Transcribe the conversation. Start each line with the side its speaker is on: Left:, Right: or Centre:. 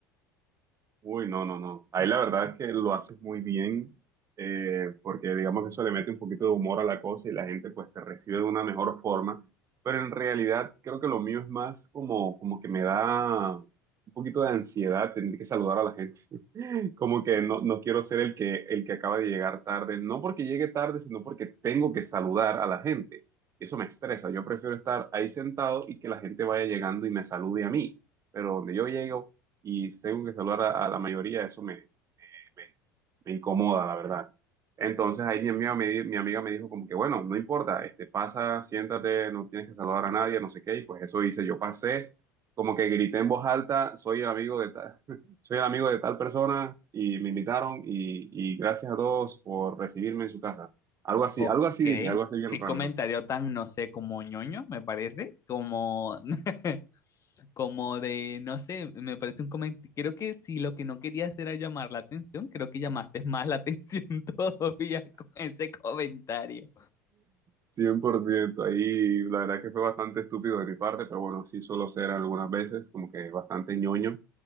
Right: Uy, no, no, no. Ahí la verdad es que lo haces muy bien, eh, porque digamos que eso le mete un poquito de humor a la cosa y la gente pues te recibe de una mejor forma. Pero en realidad creo que lo mío es más como, como que me da un poquito de ansiedad tener que saludar a la gente. Como que no, no quiero ser el que, el que acaba de llegar tarde, no porque llegue tarde, sino porque tengo que saludar a la gente. Eso me estresa. Yo prefiero estar ahí sentado y que la gente vaya llegando y me salude a mí. Pero donde yo llego y tengo que saludar a, a la mayoría, eso me, me incomoda, la verdad. Entonces ahí mi amiga me, di- mi amiga me dijo como que, bueno, no importa, este, pasa, siéntate, no tienes que saludar a nadie, no sé qué, y pues eso hice, yo pasé, como que grité en voz alta, soy el amigo de tal, <laughs> soy el amigo de tal persona, y me invitaron, y, y gracias a todos por recibirme en su casa. Algo así,
Left: Ok,
Right: algo así dije, algo así bien
Left: qué
Right: random.
Left: comentario tan, no sé, como ñoño, me parece, como, <laughs> como de, no sé, me parece un comentario, creo que si lo que no querías era llamar la atención, creo que llamaste <laughs> más la atención <laughs> todavía con ese comentario.
Right: cien por ciento ahí la verdad que fue bastante estúpido de mi parte, pero bueno, sí suelo ser algunas veces, como que bastante ñoño.